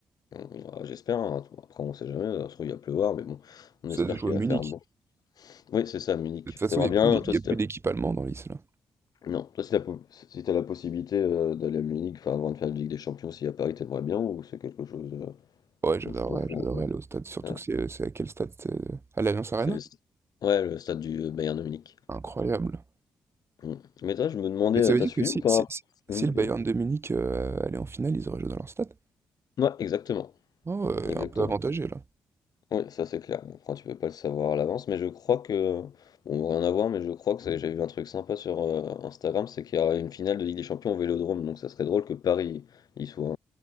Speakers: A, on the left; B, on the right.
A: Bon, Ouais, j'espère, hein. Après on sait jamais, euh, ça se trouve il va pleuvoir, mais bon, on
B: Ça
A: espère
B: se joue
A: qu'il
B: à Munich.
A: va faire bon. Oui, c'est ça, Munich.
B: De toute façon,
A: T'aimerais
B: il n'y a
A: bien,
B: plus d'é-
A: toi
B: il y
A: si
B: a plus
A: t'as
B: d'équipe allemande dans l'Is, là.
A: non, toi si t'as po- si t'as la possibilité euh, d'aller à Munich, enfin avant de faire la Ligue des Champions, si à Paris, t'aimerais bien ou c'est quelque chose euh,
B: Ouais, j'adorerais,
A: où tu t'en fous
B: j'adorerais
A: un
B: aller au stade.
A: peu?
B: Surtout
A: Ouais,
B: que c'est c'est à quel stade? c'est À l'Allianz Arena?
A: c'est le... st- ouais, le stade du euh, Bayern de Munich.
B: Incroyable.
A: Mm. Mais toi, je me demandais,
B: Mais
A: euh,
B: ça veut
A: t'as
B: dire
A: suivi
B: que si,
A: ou pas?
B: si, si-
A: Mm,
B: si le
A: dis-moi.
B: Bayern de Munich euh, allait en finale, ils auraient joué dans leur stade?
A: Ouais, exactement,
B: Oh, ouais,
A: exactement.
B: un peu avantagé là.
A: Oui, ça c'est clair. Bon, après, tu peux pas le savoir à l'avance, mais je crois que. Bon, rien à voir, mais je crois que ça- j'ai vu un truc sympa sur euh, Instagram, c'est qu'il y aura une finale de Ligue des Champions au Vélodrome, donc ça serait drôle que Paris y soit